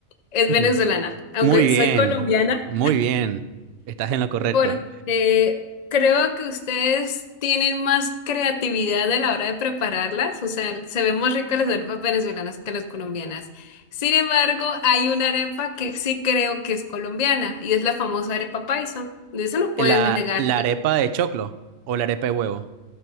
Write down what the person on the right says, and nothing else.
Mm.
Muy bien,
muy bien. Estás en lo correcto.
La,
la arepa de choclo o la arepa de huevo.